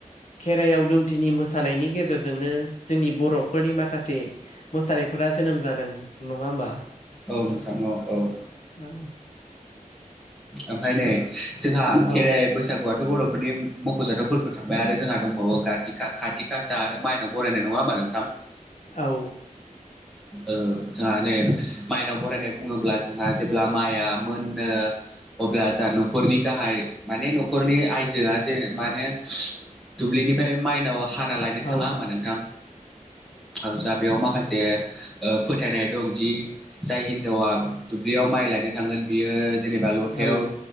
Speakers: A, on the left; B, in the centre.
A: खेराइयाव दौदिनि मोसानायनि गेजेरजोंनो जोंनि बर'फोरनि माखासे मोसानायफोरा जोनोम जादों नङा होमबा
B: औ नोंथां औ औ
A: औ
B: ओमफ्राय नै जोंहा
A: औ
B: खेराइ बैसागु ' बर'फोरनि मख'जाथाव फोरबो थांबाय आरो जोंहा दंबावो खाथिखासा आरो माइनाव बरायनाय नङा होमबा आरो नोंथां
A: औ
B: ओ जोंहा नै माइनाव बरायनाय बुङोब्ला जोंहा जेब्ला माइआ मोनो अब्ला ज न'खरनि गाहाय माने न'खरनि आयजोआ जे माने दुब्लिनिफ्राय माइनावा हाना लायनो थाङा
A: औ
B: होमबा नोंथां औ जा बेयाव माखासे ओ फोथायनाय दं दि जाय हिनजावा दुब्लियाव माइ लानो थांगोन बियो जेनेबा लथायाव
A: औ